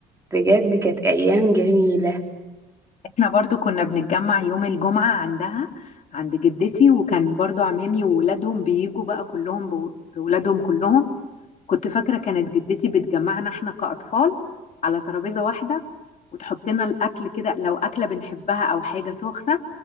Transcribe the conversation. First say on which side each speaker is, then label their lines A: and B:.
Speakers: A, on the right; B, on the left.
A: بجد كانت أيام جميلة
B: احنا برضو كنا بنتجمع يوم الجمعة عندها عند جدتي وكان برضو عمامي وولادهم بيجوا بقى كلهم بو- بولادهم كلهم كنت فاكرة كانت جدتي بتجمعنا احنا كأطفال على ترابيزة واحدة وتحط لنا الاكل كده لو اكله بنحبها او حاجه سخنه